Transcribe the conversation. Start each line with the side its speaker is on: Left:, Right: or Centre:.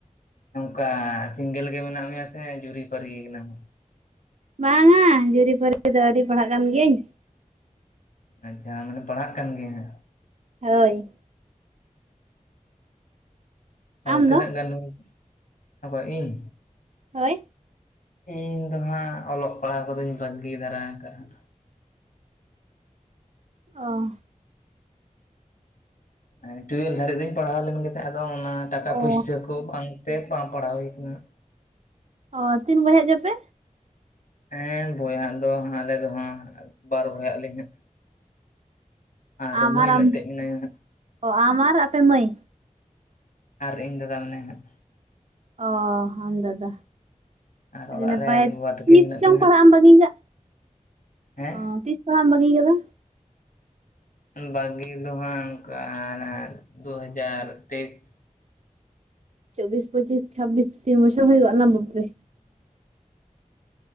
Left: ᱱᱚᱝᱠᱟ ᱥᱤᱝᱜᱮᱞ ᱜᱮ ᱢᱮᱱᱟᱜ ᱢᱮᱭᱟ ᱥᱮ ᱡᱩᱨᱤ ᱯᱟᱹᱨᱤ ᱟᱠᱟᱱᱟᱢ?
Right: ᱵᱟᱝ-ᱟ ᱡᱩᱨᱤ ᱯᱟᱹᱨᱤ ᱫᱚ ᱟᱹᱣᱨᱤ ᱯᱟᱲᱦᱟᱜ ᱠᱟᱱ ᱜᱤᱭᱟᱹᱧ᱾
Left: ᱟᱪᱪᱷᱟ, ᱢᱟᱱᱮ ᱯᱟᱲᱦᱟᱜ ᱠᱟᱱ ᱜᱤᱭᱟᱹᱢ
Right: ᱦᱚᱭ᱾
Left: ᱟᱫᱚ
Right: ᱟᱢ
Left: ᱛᱤᱱᱟᱹᱜ
Right: ᱫᱚ
Left: ᱜᱟᱱ, <inaudible> ᱚᱠᱚᱭ ᱤᱧ᱾
Right: ᱦᱚᱭ᱾
Left: ᱤᱧ ᱫᱚ ᱦᱟᱸᱜ ᱚᱞᱚᱜ ᱯᱟᱲᱦᱟᱣ ᱠᱚᱫᱚᱧ ᱵᱟᱹᱜᱤ ᱫᱷᱟᱨᱟ ᱟᱠᱟᱜᱼᱟ ᱦᱟᱸᱜ᱾
Right: ᱚ᱾
Left: ᱮᱸ ᱴᱩᱭᱮᱞ ᱫᱷᱟᱹᱨᱤᱡ ᱫᱚᱧ ᱯᱟᱲᱦᱟᱣ ᱞᱮᱱ ᱜᱮ ᱛᱟᱦᱮᱸᱫ ᱟᱫᱚ ᱚᱱᱟ ᱴᱟᱠᱟ
Right: ᱚ
Left: ᱯᱩᱭᱥᱟᱹ ᱠᱚ ᱵᱟᱝ ᱛᱮ ᱵᱟᱝ ᱯᱟᱲᱦᱟᱣ ᱦᱩᱭ ᱠᱟᱱᱟ ᱦᱟᱸᱜ
Right: ᱚ ᱛᱤᱱ ᱵᱚᱭᱦᱟᱜ ᱪᱚ ᱯᱮ?
Left: ᱦᱮᱸ ᱵᱚᱭᱦᱟᱜ ᱫᱚ ᱦᱟᱸ ᱟᱞᱮ ᱫᱚ ᱦᱟᱸᱜ ᱵᱟᱨ ᱵᱚᱭᱦᱟᱜ ᱟᱹᱞᱤᱧ ᱦᱟᱸᱜ ᱟᱨ
Right: ᱟᱢ
Left: ᱢᱟᱹᱭ ᱢᱤᱫᱴᱮᱡ
Right: ᱟᱢ
Left: ᱢᱮᱱᱟᱭᱟ ᱦᱟᱸᱜ
Right: ᱚ ᱟᱢ ᱟᱨ ᱟᱯᱮ ᱢᱟᱹᱭ
Left: ᱟᱨ ᱤᱧ ᱫᱟᱫᱟ ᱢᱮᱱᱟᱭᱟ ᱦᱟᱸᱜ
Right: ᱚ ᱟᱢ ᱫᱟᱫᱟ
Left: ᱟᱨ
Right: ᱟᱹᱰᱤ
Left: ᱚᱲᱟᱜ
Right: ᱱᱟᱯᱟᱭ,
Left: ᱨᱮ ᱟᱭᱳᱼᱵᱟᱵᱟ ᱛᱟᱹᱠᱤᱱ
Right: ᱛᱤᱥ
Left: ᱢᱮᱱᱟᱜ
Right: ᱪᱚᱝ
Left: ᱠᱤᱱᱟ ᱦᱟᱸᱜ
Right: ᱯᱟᱲᱦᱟᱜ ᱮᱢ ᱵᱟᱹᱜᱤ ᱠᱟᱜ?
Left: ᱦᱮᱸ
Right: ᱚ ᱛᱤᱥ ᱯᱟᱲᱦᱟᱢ ᱵᱟᱹᱜᱤ ᱠᱟᱫᱟ?
Left: ᱵᱟᱹᱜᱤ ᱫᱚ ᱦᱟᱸᱜ ᱚᱝᱠᱟ ᱦᱟᱱᱟ ᱫᱚ ᱦᱟᱡᱟᱨ ᱛᱮᱭᱤᱥ
Right: ᱪᱚᱵᱵᱤᱥ, ᱯᱚᱪᱤᱥ, ᱪᱷᱟᱵᱵᱤᱥ ᱛᱤᱱ ᱵᱚᱪᱚᱨ ᱦᱩᱭᱩᱜᱼᱟ ᱱᱟ ᱵᱟᱯ ᱨᱮ